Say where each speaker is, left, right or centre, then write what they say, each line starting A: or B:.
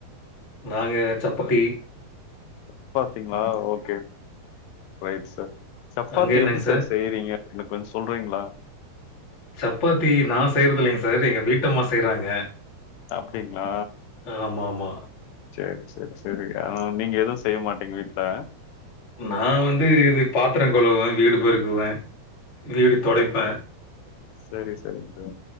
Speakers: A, on the left; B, on the left.
A: நாங்க சப்பத்தி
B: சப்பாத்திங்ளா ஓகே ரைட் சார் சப்பாத்தி
A: அங்க என்னங்க
B: எப்டி சார் செய்றீங்க எனக்கு கொஞ்ச சொல்றீங்ளா
A: சப்பாத்தி நா செய்யறதில்லைங்க சார் எங்க வீட்டம்மா செய்றாங்க
B: அப்டிங்ளா
A: ஆமாமா.
B: சேரி சேரி சேரி ஆ நீங்க எதுவு செய்ய மாட்டீங்க வீட்ல
A: நா வந்து இது பாத்தர கழுவுவே வீடு பெருக்குவே வீடு தொடைப்பே
B: செரி செரிங்க சார்